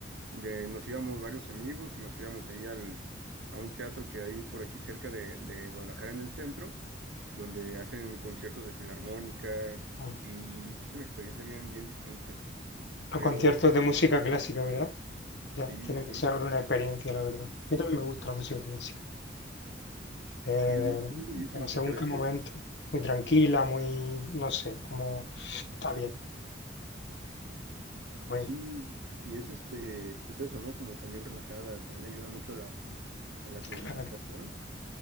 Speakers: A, on the right (about 75°); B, on the left (about 70°).
A: De, nos íbamos varios amigos y nos íbamos ahí al, a un teatro que hay por aquí cerca de, de Guadalajara en el centro, donde hacen conciertos de filarmónica
B: ah.
A: y pues, es una experiencia bien, bien distinta.
B: Los
A: Pero
B: conciertos de música clásica, ¿verdad? Ya,
A: sí,
B: tiene que
A: son-
B: ser una experiencia, la verdad. A mí también me gusta la música clásica. eh,
A: sí es muy bellísimo
B: pero según
A: porque a veces
B: qué momento, muy tranquila, muy, no sé, como está bien, muy
A: sí, y es este, pues eso, ¿no? Como también relajada, también ayuda mucho a la, a la concentración
B: claro,